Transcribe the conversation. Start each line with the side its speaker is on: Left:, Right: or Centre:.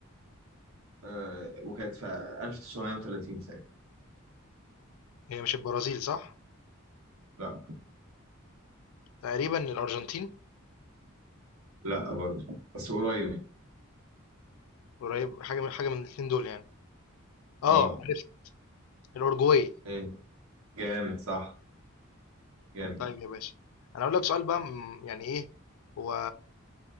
Right: آه وكانت في 1930 ساعتها
Left: هي مش البرازيل صح؟
Right: لا
Left: تقريبًا الأرجنتين
Right: لا برضه بس قريب
Left: قريب حاجة من حاجة من الاتنين دول يعني، آه
Right: اه
Left: عرفت الأورجواي.
Right: ايه جامد صح جامد
Left: طيب يا باشا انا اقول لك سؤال بقى م- يعني ايه هو